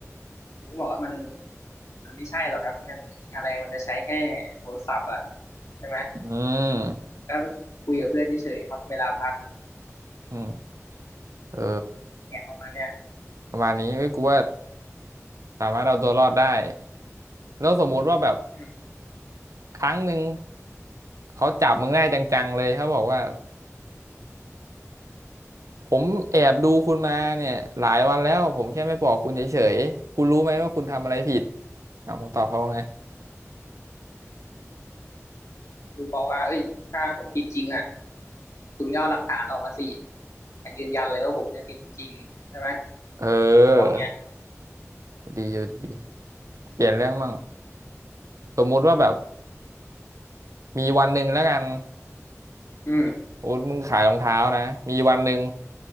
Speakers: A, on the left; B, on the right.
A: กูก็บอกว่ามันมันไม่ใช่หรอกครับมันอะไรมันจะใช้แค่โทรศัพท์อ่ะใช่ไหม
B: อืม
A: ก็คุยกับเพื่อนเฉยๆครับเวลาพัก
B: อืมเออ
A: เนี่ยประมาณเนี้ย
B: ประมาณนี้เอ้ยกูว่าสามารถเอาตัวรอดได้แล้วสมมุติว่าแบบ
A: อืม
B: ครั้งหนึ่งเขาจับมึงได้จังๆเลยเขาบอกว่าผมแอบดูคุณมาเนี่ยหลายวันแล้วผมแค่ไม่บอกคุณเฉยๆคุณรู้ไหมว่าคุณทำอะไรผิดเอามึงตอบเขาว่าไง
A: กูบอกว่าเอ้ยถ้าผมผิดจริงอ่ะคุณก็เอาหลักฐานออกมาสิมายืนยันเลยว่าผมเนี่ยผิดจริงๆใช่ไหม
B: เออ
A: บอกเงี้ย
B: ดีอยู่ดีเปลี่ยนเรื่องมั่งสมมุติว่าแบบมีวันหนึ่งแล้วกัน
A: อืม
B: โอ๊ตมึงขายรองเท้านะมีวันหนึ่ง